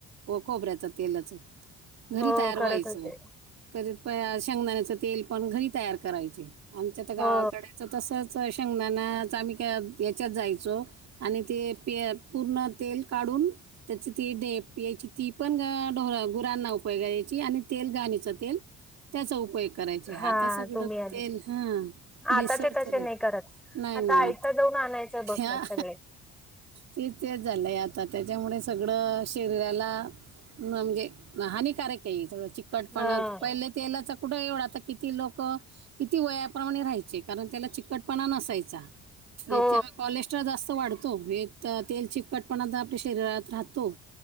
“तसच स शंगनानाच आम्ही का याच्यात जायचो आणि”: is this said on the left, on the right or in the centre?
Right